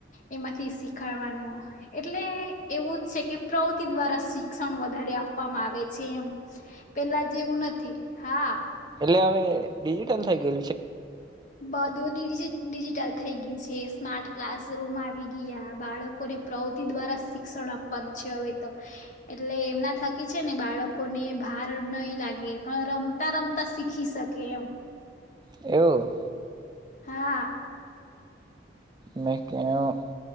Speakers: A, on the left (about 40°); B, on the right (about 25°).
A: એમાંથી શીખાડવાનું એટલે એવું જ છે કે પ્રવૃતિ દ્વારા શિક્ષણ વધારે આપવામાં આવે છે એમ પેલા જેવું નથ થી હા.
B: એ હવે ડીજિટલ થઈ ગઈ
A: બધું ડિજિ ડિજિટલ થઈ ગયું છે એ સ્માર્ટ ક્લાસરૂમ આવી ગયા બાળકોને પ્રવૃતિ દ્વારા શિક્ષણ આપવાનું છે હવે તો એટલે એમના થકી છે ને બાળકોને ભાર નહી લાગે પણ રમતા રમતા શીખી શકે એમ.
B: એવું.
A: હા.
B: મે કેવું